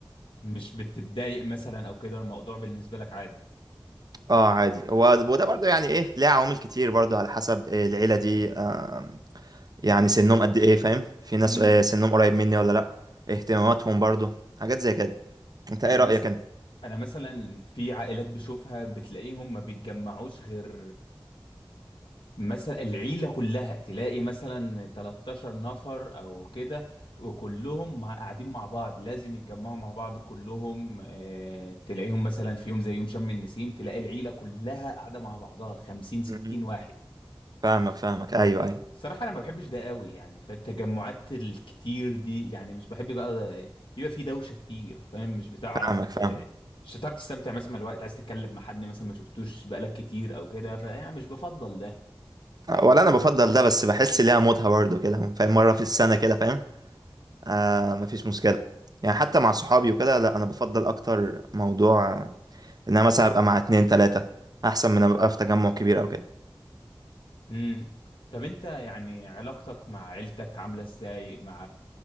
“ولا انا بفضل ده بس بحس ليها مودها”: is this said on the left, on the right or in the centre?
Right